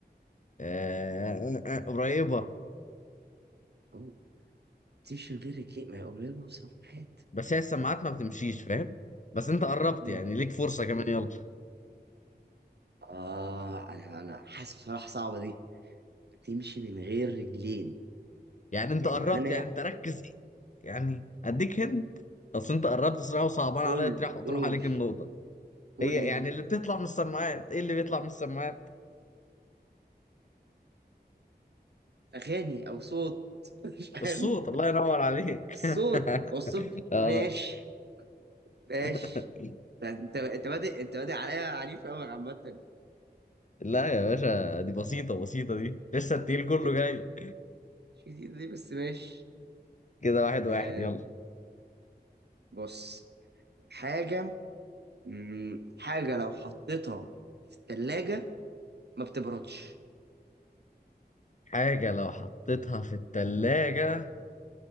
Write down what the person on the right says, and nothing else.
أوه. بتمشي من غير رجلين ما هي قريبه سمعت
مم.
اه انا انا حاسس بصراحه صعبه دي بتمشي من غير رجلين
يعني
معناه ان هي
قول
قول
قول
لي
هنا
اغاني او صوت <laughs> مش عارف
الصوت هو الصوت
ماشي ماشي
ده انت انت بادئ انت بادئ عليا عنيف قوي عامة
مش جديدة
دي مش جديدة دي بس ماشي
آم،
بص حاجة مم، حاجة لو حطيتها في التلاجة ما بتبردش